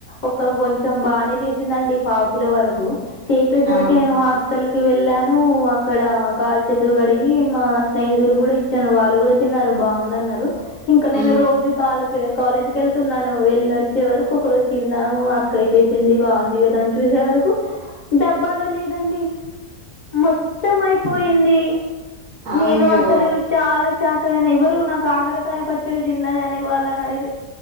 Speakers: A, on the left; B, on the right.
A: ఒక కొంచెం బాగానే చేసిందండి పావుకిల వరకు చేసేసరికి
B: ఆ
A: నేను హాస్టల్కి వెళ్ళాను అక్కడ కాలు చేతులు కడిగి మా స్నేహితులు కూడా వచ్చారు వాళ్ళు కూడా తిన్నారు. బాగుందన్నారు ఇంకా నేను
B: ఉమ్
A: రోజు కాలే కాలేజీకి వెళ్తున్నాను వెళ్ళి వచ్చే వరకు ఒక రోజు తిన్నాము అక్క చేసింది బాగుంది కదా అని చూసే వరకు డబ్బాలో లేదండి. మొత్తం అయిపోయింది.
B: అవున్యో
A: నేను అసలు చాలా షాక్ అయాను ఎవరు నా కాకరకాయ పచ్చడి తిన్నది అని వాళ్ళని అడిగి